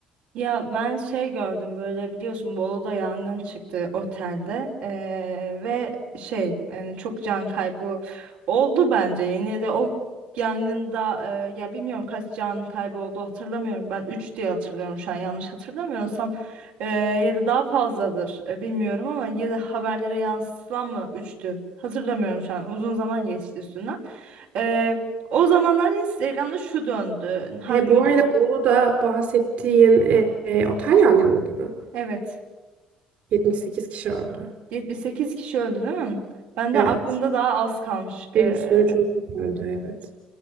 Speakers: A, on the right; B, on the right.
A: Ya ben şey gördüm böyle biliyorsun Bolu'da yangın çıktı otelde Ee, ve şey yani çok can kaybı oldu bence yine de o yangında e, ya bilmiyorum kaç can kaybı oldu hatırlamıyorum ben 3 diye hatırlıyorum şu an yanlış hatırlamıyorsam Ee, ya da daha fazladır e, bilmiyorum ama ya da haberlere yansıtılan mı üçtü hatırlamıyorum şu an uzun zaman geçti üstünden Ee, o zamanlar Instagram'da şu döndü hangi
B: E, bu
A: ül-
B: arada Bolu'da bahsettiğin e, e, otel yangınında mı?
A: evet
B: 78 kişi öldü.
A: 78 kişi öldü değil mi? Ben
B: Evet.
A: de aklımda daha az kalmış. Ee,
B: Bir sürü çocuk öldü evet.